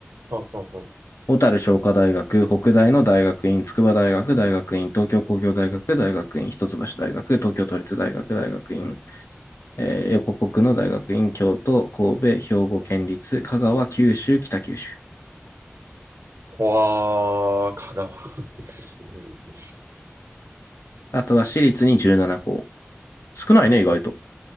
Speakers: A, on the right; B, on the left.
A: ああああ
B: 小樽商科大学、北大の大学院、筑波大学、大学院、東京工業大学、大学院、一橋大学、東京都立大学、大学院、えー横国の大学院、京都、神戸、兵庫県立、香川、九州、北九州。
A: わあ、香川。うん
B: あとは私立に17校。少ないね、意外と。